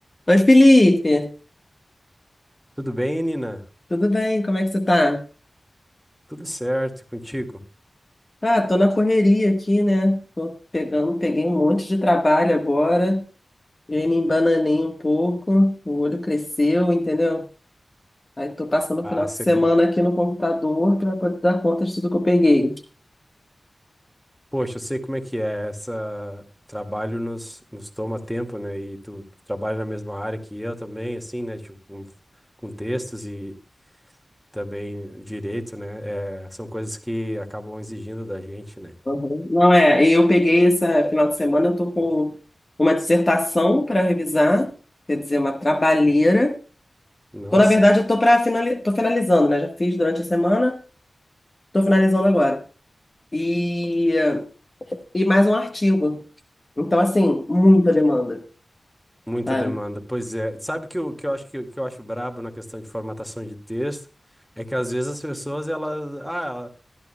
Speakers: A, on the left; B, in the centre.
A: Oi, Felipe,
B: Tudo bem, Nina?
A: tudo bem? Como é que você tá?
B: Tudo certo e contigo?
A: Ah, tô na correria aqui, né? Tô pegando, peguei um monte de trabalho agora, e aí me embananei um pouco, o olho cresceu, entendeu? Aí tô passando
B: Ah,
A: o final
B: sei
A: de semana
B: com-
A: aqui no computador para poder dar conta de tudo que eu peguei.
B: poxa, eu sei como é que é. Essa trabalho nos, nos toma tempo, né? E tu trabalha na mesma área que eu também, assim, né? Tipo, com, com textos e também direito, né? É, são coisas que acabam exigindo da gente, né?
A: Uhum. Não é, eu peguei esse final de semana, eu tô com uma dissertação para revisar, quer dizer, uma trabalheira.
B: Nossa,
A: Tô, na verdade, eu tô para finali... tô finalizando, né? Já fiz durante a semana, tô finalizando agora. E e mais um artigo. Então, assim, muita demanda,
B: muita
A: sabe?
B: demanda. Pois é. Sabe que o que eu acho que, que eu acho brabo na questão de formatação de texto é que às vezes as pessoas elas, ah,